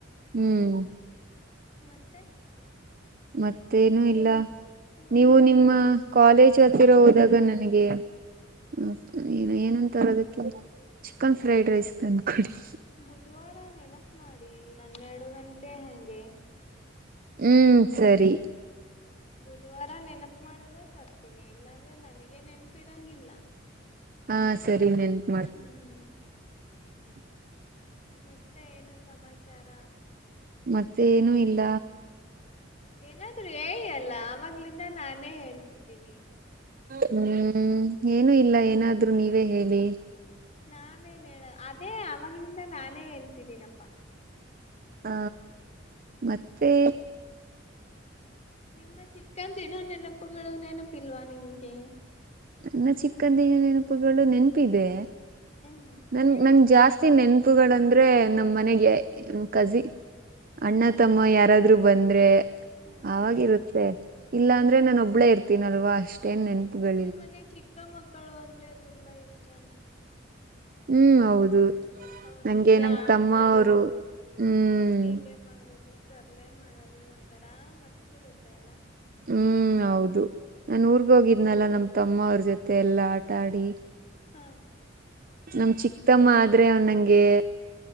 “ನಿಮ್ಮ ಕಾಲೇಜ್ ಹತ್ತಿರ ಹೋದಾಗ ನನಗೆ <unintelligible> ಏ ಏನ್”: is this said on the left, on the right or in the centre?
Right